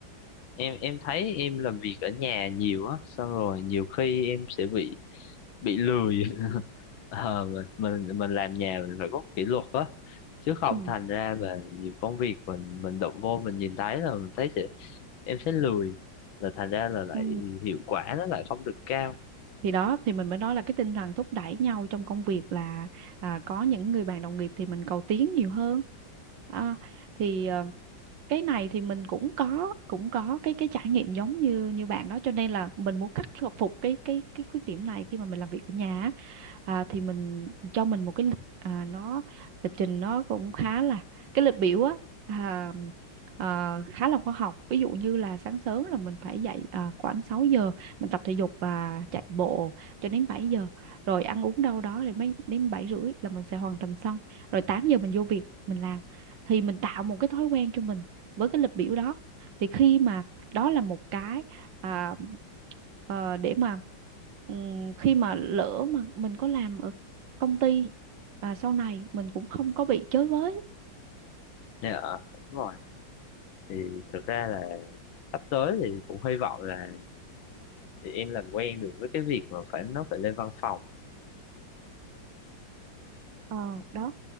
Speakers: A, on the left (about 90°); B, on the right (about 75°).
A: em em thấy em làm việc ở nhà nhiều á xong rồi nhiều khi em sẽ bị bị lười <laughs> Ờ, mình mình mình làm nhà mình phải có kỷ luật á chứ không
B: ừ.
A: thành ra là nhiều công việc mình mình động vô mình nhìn thấy là mình thấy sẽ em sẽ lười là thành ra là lại
B: Ừ.
A: hiệu quả nó lại không được cao
B: thì đó thì mình mới nói là cái tinh thần thúc đẩy nhau trong công việc là à, có những người bạn đồng nghiệp thì mình cầu tiến nhiều hơn À, thì ờ, cái này thì mình cũng có cũng có cái cái trải nghiệm giống như như bạn đó cho nên là mình muốn khắc phục cái cái cái khuyết điểm này khi mà mình làm việc ở nhà á. à, thì mình cho mình một cái lịch à, nó lịch trình nó cũng khá là cái lịch biểu á à, à, khá là khoa học ví dụ như là sáng sớm là mình phải dậy à, khoảng 6 giờ mình tập thể dục và chạy bộ cho đến bảy giờ rồi ăn uống đâu đó thì mấy đến 7 rưỡi là mình sẽ hoàn thành xong rồi 8 giờ mình vô việc mình làm thì mình tạo một cái thói quen cho mình với cái lịch biểu đó thì khi mà đó là một cái à, ờ, để mà ừm, khi mà lỡ mà mình có làm ở công ty và sau này mình cũng không có bị chới với
A: dạ đúng rồi thì thực ra là sắp tới thì cũng hy vọng là thì em làm quen được với cái việc mà phải nó phải lên văn phòng
B: Ờ, đó